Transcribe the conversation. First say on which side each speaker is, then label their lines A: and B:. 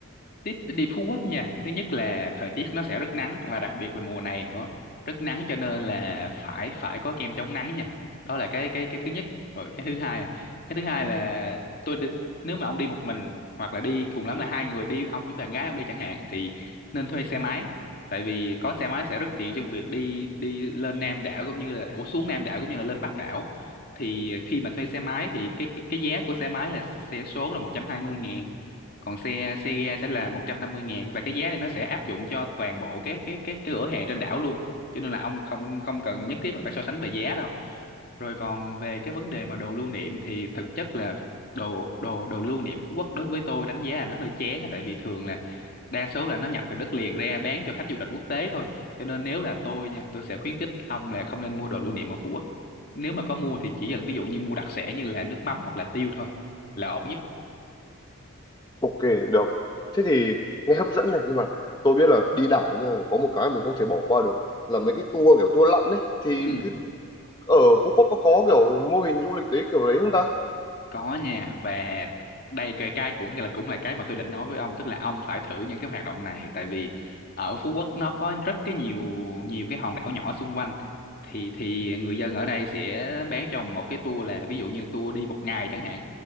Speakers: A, on the left; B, on the left.
A: Tít đi Phú Quốc nha. Thứ nhất là thời tiết nó sẽ rất nắng và đặc biệt là mùa này nữa. Rất nắng cho nên là phải phải có kem chống nắng nha. Đó là cái cái cái thứ nhất. Rồi cái thứ hai này. Cái thứ hai là tôi đi, nếu mà ông đi một mình hoặc là đi cùng lắm là hai người đi ông với bạn gái ông đi chẳng hạn thì nên thuê xe máy. Tại vì có xe máy sẽ rất tiện trong việc đi đi lên Nam đảo cũng như là ủa xuống Nam đảo cũng như là lên Bắc đảo. Thì khi mà thuê xe máy thì cái cái, cái giá của xe máy là xe số là một trăm hai mươi ngàn còn xe xe ga sẽ là một trăm năm mươi ngàn và cái giá này nó sẽ áp dụng cho toàn bộ các cái cái cái cửa hàng trên đảo luôn cho nên là ông không không cần nhất thiết là phải so sánh về giá đâu rồi còn về cái vấn đề mà đồ lưu niệm thì thực chất là đồ đồ đồ lưu niệm Phú Quốc đối với tôi đánh giá là nó hơi chán á tại vì thường là đa số là nó nhập từ đất liền ra bán cho khách du lịch quốc tế thôi cho nên nếu là tôi nha tôi sẽ khuyến khích ông là không nên mua đồ lưu niệm ở Phú Quốc nếu mà có mua thì chỉ là ví dụ như mua đặc sản như là nước mắm hoặc là tiêu thôi là ổn nhất
B: Ok, được. Thế thì nghe hấp dẫn này, nhưng mà tôi biết là đi đảo nha, có một cái mình không thể bỏ qua được là mấy cái tour kiểu tour lặn đấy. Thì
A: Ừ.
B: cái, ở Phú Quốc có có kiểu mô hình du lịch đấy kiểu đấy không ta?
A: có nha và đây cái cái cũng là cũng là cái mà tôi định nói với ông tức là ông phải thử những cái hoạt động này tại vì ở Phú Quốc nó có rất cái nhiều nhiều cái hòn đảo nhỏ xung quanh thì thì người dân ở đây sẽ bán cho ông một cái tour là ví dụ như tour đi một ngày chẳng hạn